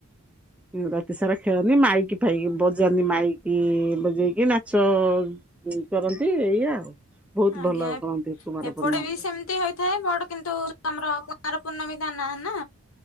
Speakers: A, in the centre; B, on the left.
A: ରାତି ସାରା ଖେଳନ୍ତି, ମାଇକି ଫାଇକି ବଜାନ୍ତି ମାଇକି ବଜେଇକି ନାଚ ହଁ କରନ୍ତି ଏଇଆ ଆଉ। ବହୁତ
B: ଆଜ୍ଞା
A: ଭଲ କରନ୍ତି କୁମାର
B: ଏପଟେ
A: ପୂର୍ଣ୍ଣମରେ।
B: ବି ସେମିତି ହ ହୁଏ ବଡ କିନ୍ତୁ ଆମର କୁମାର ପୂର୍ଣ୍ଣମୀ ତା ନାଁ ନା,